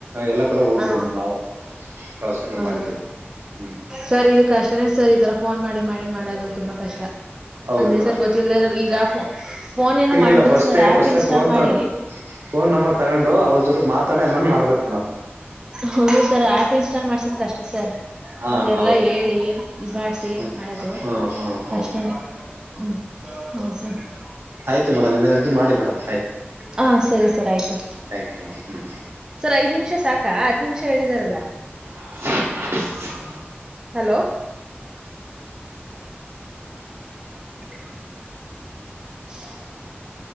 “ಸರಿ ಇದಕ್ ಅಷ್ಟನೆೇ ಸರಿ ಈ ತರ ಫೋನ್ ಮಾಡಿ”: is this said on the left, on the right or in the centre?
Right